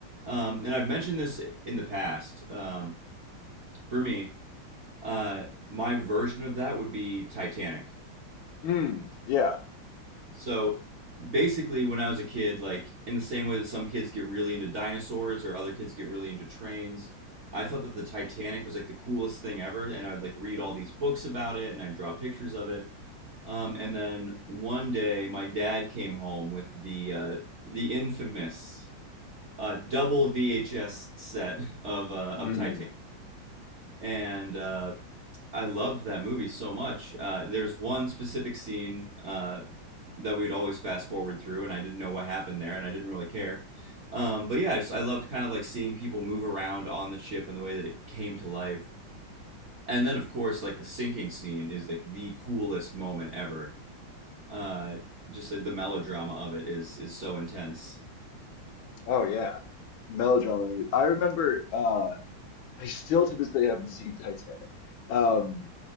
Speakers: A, on the right; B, on the left.
A: Um, and I've mentioned this in the past. Um, for me, uh, my version of that would be Titanic.
B: Mm, yeah.
A: So basically, when I was a kid, like in the same way that some kids get really into dinosaurs or other kids get really into trains, I thought that the Titanic was like the coolest thing ever, and I'd like read all these books about it and I'd draw pictures of it. Um, and then one day, my dad came home with the uh, the infamous uh, double VHS set of uh,
B: Mm,
A: of Titanic, and uh, I loved that movie so much. Uh, there's one specific scene uh, that we'd always fast forward through, and I didn't know what happened there, and I didn't really care. Um, but yeah, I just I loved kind of like seeing people move around on the ship and the way that it came to life. And then, of course, like the sinking scene is like the coolest moment ever Uh, just the, the melodrama of it is is so intense.
B: oh yeah. Melodrama. I remember. Uh, I still to this day haven't seen Titanic. Um,